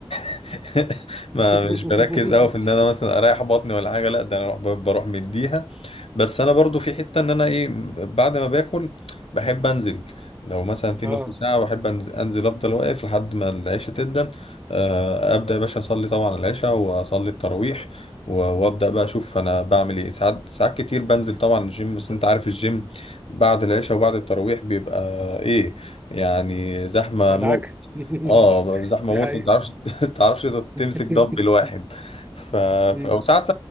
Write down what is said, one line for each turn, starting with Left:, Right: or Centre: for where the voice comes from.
Left: <laughs> ما
Right: <laughs>
Left: مش بركز قوي في ان انا مثلا اريح بطني ولا حاجه لا ده انا بروح مديها بس انا برضو في حتة ان انا ايه بعد ما باكل بحب انزل لو مثلا في
Right: اه
Left: نص ساعة بحب انزل, أنزل افضل واقف لحد ما العشاء تبدأ آه، ابدأ يا باشا اصلي طبعا العشاء واصلي التراويح و- وابدأ بقى اشوف انا بعمل ايه ساعات ساعات كتير بنزل طبعا الجيم بس انت عارف الجيم بعد العشاء وبعد التراويح بيبقى ايه يعني زحمة
Right: مدعكه
Left: موت
Right: <laughs>
Left: اه زحمه
Right: دي
Left: موت
Right: حقيقة
Left: ما تعرفش <laughs> تعرفش تمسك
Right: <laughs>
Left: دمبل واحد ف...
Right: مم.
Left: ف... وساعات